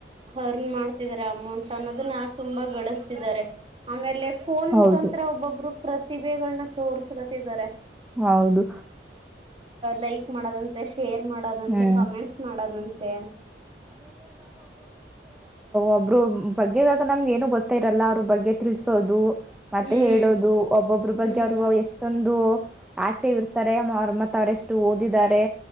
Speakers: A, on the right (about 30°); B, in the centre.
A: ಅರ್ನ್ ಮಾಡ್ತಿದ್ದಾರೆ ಅಮೌಂಟ್ ಅನ್ನೋ.. ತುಂಬಾ ಗಳಿಸತಿದ್ದಾರೆ ಆಮೇಲೆ ಫೋನ್
B: ಹೌದು
A: ಮುಖಾಂತರ ಒಬ್ಬೊಬ್ರು ಪ್ರ.. ಪ್ರತಿಭೆಗಳನ್ನ ತೋರ್ಸ್ಕತ್ತಿದಿದ್ದಾರೆ..
B: ಹೌದು
A: ಲೈಕ್ ಮಾಡೋದಂತ ಶೆ ಶೇರ್ ಮಾಡೋದಂತೆ
B: ಹ್ಮ್
A: ಕಮೆಂಟ್ಸ್ ಮಾಡದಂತೆ.
B: ಒಬ್ಬರು ಬಗ್ಗೆ ಬ ನಮ್ಗೆ ಏನು ಗೊತ್ತ ಇರಲ್ಲ ಅವ್ರ ಬಗ್ಗೆ ತಿಳಸೋದು..
A: ಹ್ಮ್
B: ಮತ್ತೆ ಹೇಳೋದು ಒಬ್ಬೊಬ್ರ
A: ಹ್ಮ್
B: ಬಗ್ಗೆ ಅವ್ರು ಎಷ್ಟೊಂದು ಆಕ್ಟಿವ್ ಇರ್ತಾರೆ.. ಅವ್ರ ಮತ್ತ ಅವರೆಷ್ಟು ಓದಿದ್ದಾರೆ